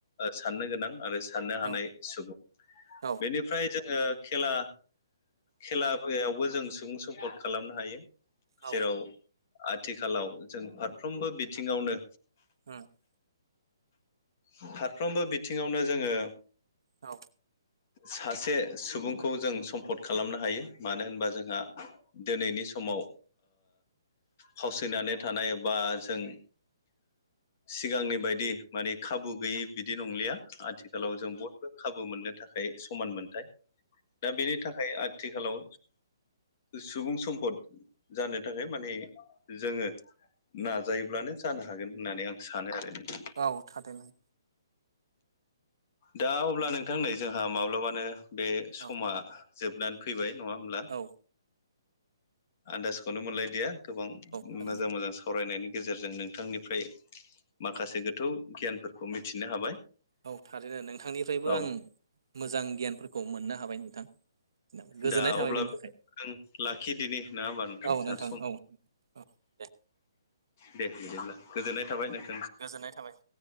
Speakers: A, on the left (about 30°); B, on the right (about 60°).
A: साननो गोनां आरो साननो
B: औ
A: हानाय सुबुं
B: औ उम औ
A: बेनिफ्राय जोंङो खेला खेलाायावबो जों सुबुं सम्पद खालामनो हायो
B: औ
A: जेराव आथिखालाव जों फारफ्रोमबो बिथिङावनो
B: <unintelligible>
A: फारफ्रोमबो बिथिङावनो जोङो
B: औ
A: सासे सुबुंखौ जों सम्पद खालामनो हायो। मानो होनबा जोंहा दिनैनि समाव फावसियनानै थानाय बा जों सिगांनि बायदि माने खाबु गैयि बिदि नंलिया आथिखालाव जों बयबो खाबु मोननो थाखाय समान मोनथाय। दा बेनि थाखाय आथिखालाव सुबुं सम्पद जानो थाखाय माने जोंङो नाजायोब्लानो जानो हागोन होननानै आं सानो नों
B: औ थखरैनो
A: दा अब्ला नोंथांनै जोंहा माब्लाबानो बे समा
B: औ
A: जोबनानै फैबाय नङा होमब्ला
B: औ
A: आन्दाजखौनो मोनलायदिया गोबां
B: थारैनो
A: मोजां मोजां सावरायनायनि गेजेरजों नोंथांनिफ्राय माखासे गोथौ गियानफोरखौ मिथिनो हाबाय।
B: औ थारैनो नोंथांनिफ्रायबो
A: औ
B: आं मोजां गियानफोरखौ मोननो हाबाय नोंथां। गोजोननाय
A: दा
B: थाबाय
A: अब्ला
B: बेनि थाखाय
A: बे जों लाखि दिनि ना होमबा नोंथां
B: औ
A: ज सम
B: औ औ दे
A: दे बिदि होनब्ला गोजोननाय थाबाय नों
B: गोजोननाय थाबाय।